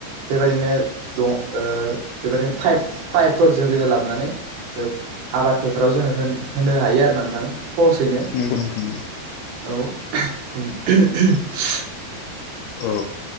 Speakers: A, on the right; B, on the left.
A: बेबायदिनो दं ओ बेबायदिनो थाइप पाइपफोरजों जोङो लाबनानै ओ आबाद फोथाराव जोङो होन-होनो हायो आरोना। थां खहसैनो
B: नंगौ नोंथां
A: औ <unintelligible>
B: औ।